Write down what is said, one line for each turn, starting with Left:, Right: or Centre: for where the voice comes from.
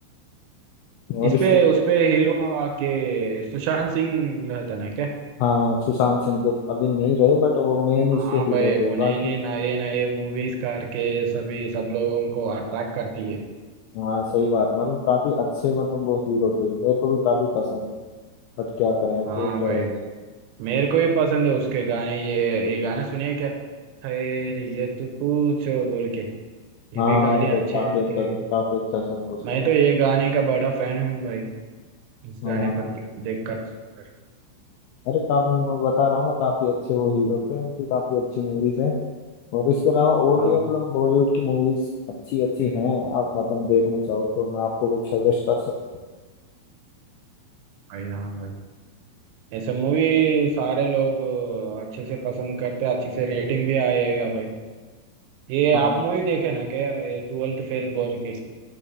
Left: और
Right: इस
Left: इसके
Right: पे उस पे हीरो के सुशांत सिंह रहता ना क्या
Left: हाँ सुशांत सिंह तो अभी नहीं रहे बट वो मेन इसके
Right: हाँ
Left: हीरो
Right: भाई उन्होंने
Left: थे बाकी
Right: नए नए मूवीज करके सभी सब लोगों को अट्रैक्ट कर दिए
Left: हाँ सही बात मतलब काफी अच्छे मतलब वो हीरो थे मेरे को भी काफी पसंद है बट क्या करें अब
Right: हाँ
Left: देख रहे
Right: भाई
Left: हैं नहीं
Right: मेरे को भी पसंद है उसके गाने ये ये गाना सुनिए क्या खैरियत पूछो बोल के ये
Left: हाँ
Right: भी गाने
Left: अरे
Right: अच्छे
Left: काफी अच्छा
Right: थे
Left: काफी अच्छा सॉन्ग है उसका
Right: मैं तो
Left: बट
Right: ये गाने का बड़ा फैन हूँ भाई इस
Left: हाँ
Right: गाने पर के- देख कर सुनकर।
Left: अरे काफी मैं बता रहा हूँ ना काफी अच्छे वो हीरो थे उनकी काफी अच्छी मूवीज हैं और इसके अलावा और
Right: हाँ
Left: भी मतलब बॉलीवुड की मूवीज अच्छी अच्छी हैं आप मतलब देखना चाहो तो मैं आपको कुछ सजेस्ट कर सकता हूँ
Right: भाई हाँ भाई ऐसे मूवी सारे लोग अ, अच्छे से पसंद करते अच्छे से रेटिंग भी आएगा भाई ये
Left: हाँ
Right: आप मूवी देखे ना क्या ट्वेल्थ फेल बोल के